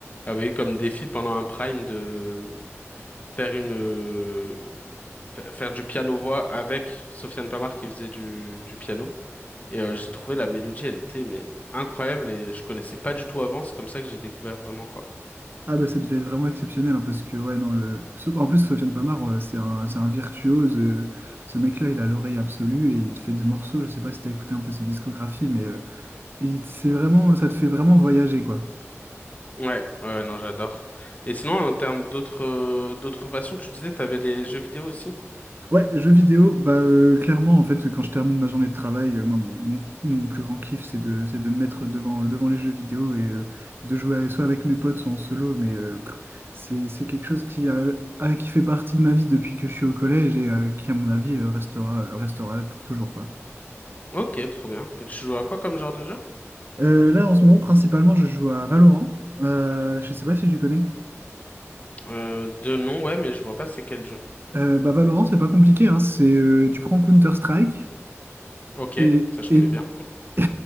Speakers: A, on the left (about 30°); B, on the right (about 45°).
A: avait eu comme défi pendant un prime de faire une euh, fa- faire du piano voix avec Sofiane Pamar qui faisait du du piano. Et euh, j'ai trouvé la mélodie, elle était mais incroyable et je connaissais pas du tout avant. C'est comme ça que j'ai découvert vraiment quoi.
B: Ah bah ça devait être vraiment exceptionnel hein, parce que ouais non le so- en plus Sofiane Pamart euh, c'est un, c'est un virtuose euh, ce mec-là il a l'oreille absolue et il te fait des morceaux je sais pas si t'as écouté un peu ses discographies mais euh, il- c'est vraiment ça te fait vraiment voyager quoi.
A: Ouais, ouais, non, j'adore. Et sinon, en termes d'autres euh, d'autres passions, tu disais, t'avais les jeux vidéo aussi?
B: Ouais, jeux vidéo, bah euh, clairement en fait quand je termine ma journée de travail, euh, moi mon, mon- mon plus grand kiff c'est de, c'est de me mettre devant, devant les jeux vidéo et euh, de jouer avec- soit avec mes potes, soit en solo, mais euh, pff, c'est, c'est quelque chose qui, a, ah, qui fait partie de ma vie depuis que je suis au collège et euh, qui à mon avis euh, restera, restera là pour toujours quoi.
A: Ok, trop bien. Et tu joues à quoi comme genre de jeu?
B: Euh, là en ce moment principalement je joue à Valorant, Euh, je sais pas si tu connais.
A: Euh, de nom, ouais, mais je vois pas c'est quel jeu.
B: Euh, bah Valorant c'est pas compliqué, hein. C'est, euh, tu prends Counter-Strike.
A: Ok,
B: Et,
A: ça je
B: et
A: connais bien.
B: Et,